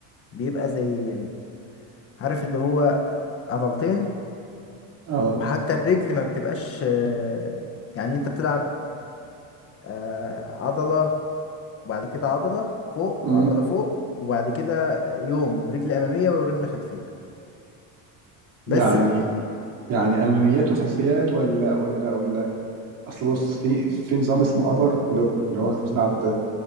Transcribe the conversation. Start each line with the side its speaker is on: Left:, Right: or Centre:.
Left: بيبقى زي عارف اللي هو عضلتين
Right: اه
Left: وحتى الرجل ما بتبقاش آه، يعني انت بتلعب آه، عضلة وبعد كده عضلة فوق
Right: مم.
Left: وعضلة فوق وبعد كده يوم رجل امامية ورجل خلفية
Right: يعني
Left: بس ما-
Right: يعني اماميات وخلفيات ولا ولا ولا اصل بص في في نظام اسمه ابر ولور اللي هو انت بتلعب